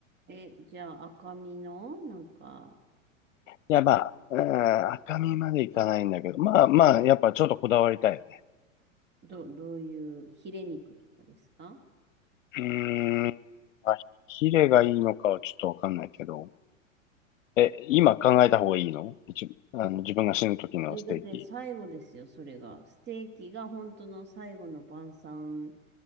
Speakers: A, on the right; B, on the left.
A: え、じゃあ赤身の、なんか、
B: いや、まあ、うーん、赤身までいかないんだけど、まあまあ、やっぱちょっとこだわりたいよね。
A: ど、どういうヒレ肉とかですか
B: うーん、まあ、ヒレがいいのかはちょっとわかんないけど。え、今考えた方がいいの一あの自分が死ぬ時のステーキ。
A: え、だって最後ですよ、それが。ステーキが本当の最後の晩餐